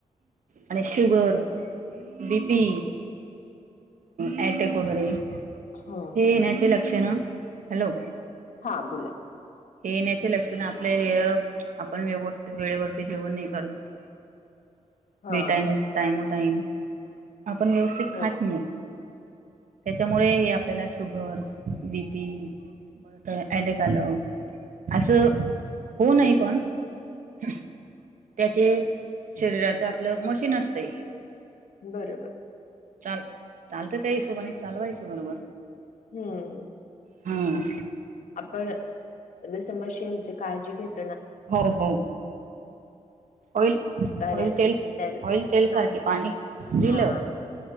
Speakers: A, on the right; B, on the left.
A: आणि शुगर बी पी ॲटॅक वगैरे
B: हम्म
A: हे येण्याचे लक्ष ना हॅलो
B: हा बोला
A: हे येण्याच्या लक्षण आपल्या हे आपण व्यवस्थित वेळेवरती जेवण नाही करत
B: हा
A: ब टाइम टाइम टाईम आपण व्यवस्थित
B: हा
A: खात नाही त्याच्यामुळे हे आपल्याला शुगर बीपी बर अटॅक आलं असं होऊ नाहीय पण त्याचे शरीराच आपलं मशीन असतंय.
B: बरोबर
A: चाल चालत त्या हिशोबा नाही चालवायसो बरोबर
B: हम्म
A: हां
B: आपण जस मशीनची काळजी घेत
A: हो हो ऑइल
B: कारण
A: ऑइल तेल
B: त्या
A: ऑइल तेल सारखी
B: हा
A: पाणी दिलं
B: हा